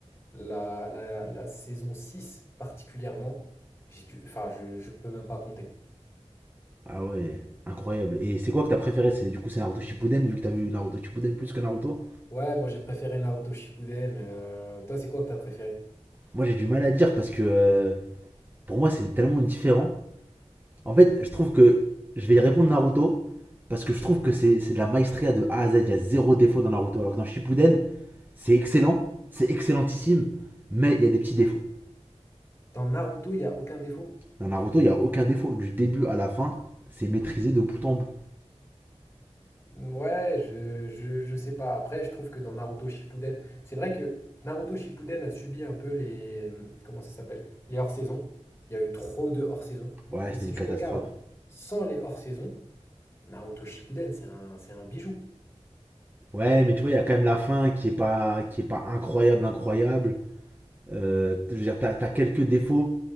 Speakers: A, on the left; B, on the right.
A: la, la, la saison 6 particulièrement, j'ai dû, enfin, je, je peux même pas compter.
B: ah ouais, incroyable. Et c'est quoi que t'as préféré? C'est, du coup, c'est Naruto Shippuden, vu que t'as vu Naruto Shippuden plus que Naruto?
A: Ouais, moi j'ai préféré Naruto Shippuden. euh, toi, c'est quoi que t'as préféré?
B: Moi, j'ai du mal à dire parce que euh, pour moi, c'est tellement différent. En fait, je trouve que je vais répondre Naruto parce que je trouve que c'est, c'est de la maestria de A à Z. Il y a zéro défaut dans Naruto. Alors que dans Shippuden, c'est excellent, c'est excellentissime, mais il y a des petits défauts.
A: Dans Naruto, il n'y a aucun défaut?
B: Dans Naruto, il n'y a aucun défaut. Du début à la fin, c'est maîtrisé de bout en bout.
A: Ouais, je, je, je sais pas. Après, je trouve que dans Naruto Shippuden, c'est vrai que Naruto Shippuden a subi un peu les... mmh, Comment ça s'appelle? Les hors-saisons. Il y a eu trop de hors-saisons.
B: Ouais,
A: Mais
B: c'était
A: si
B: une
A: tu
B: catastrophe.
A: regardes sans les hors-saisons, Naruto Shippuden, c'est un, c'est un bijou.
B: Ouais, mais tu vois, il y a quand même la fin qui est pas, qui est pas incroyable, incroyable. Euh, je veux dire, t'as as quelques défauts